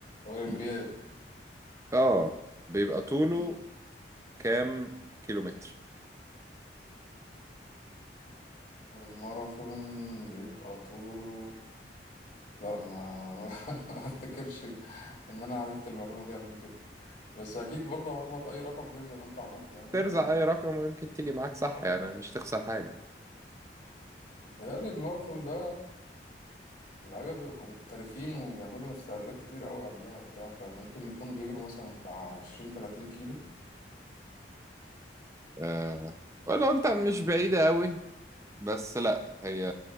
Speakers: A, on the left; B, on the right.
A: أولمبياد
B: ب- اه بيبقى طوله
A: أمم،
B: كام كيلومتر
A: الماراثون بيبقى طوله لا ما <laughs> ما افتكرش ان انا عرفت المعلومه دي قبل كده بس اكيد برضه هخبط اي رقم كده زي ما انت عملت يعني
B: ترزع
A: ف
B: اي رقم ويمكن تيجي معاك صح
A: آه.
B: يعني مش تخسر حاجة
A: بيتهيألي الماراثون ده اللعيبه بيبقوا محترفين وبيعملوا استعدادات كتير قوي قبلها وبتاع فممكن يكونوا بيجروا مثلا بتاع 20 30 كيلو
B: آه ولو انت مش بعيدة قوي بس لا هي